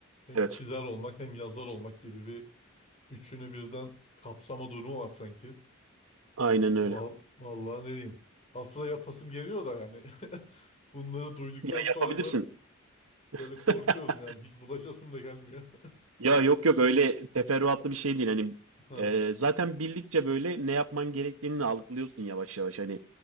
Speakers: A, on the left (about 30°); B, on the right (about 80°).
A: hem
B: Evet.
A: çizer olmak hem yazar olmak gibi bir üçünü birden kapsama durumu var sanki.
B: Aynen öyle.
A: Val vallahi ne diyeyim. Aslında yapasım geliyor da yani. <laughs> Bunları duyduktan
B: Ya
A: sonra
B: yapabilirsin.
A: da
B: <laughs>
A: böyle korkuyorum yani hiç bulaşasım da gelmiyor.
B: Ya yok yok öyle teferruatlı bir şey değil. Hani
A: <laughs>
B: e, zaten bildikçe böyle ne yapman gerektiğini algılıyorsun yavaş yavaş. Hani